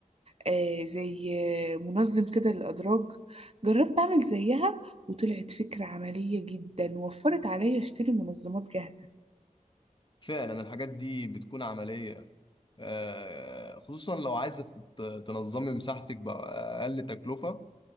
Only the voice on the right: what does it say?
آه زي آه، منظم كده للأدراج جربت أعمل زيها وطلعت فكرة عملية جدا وفرت عليا أشتري منظمات جاهزة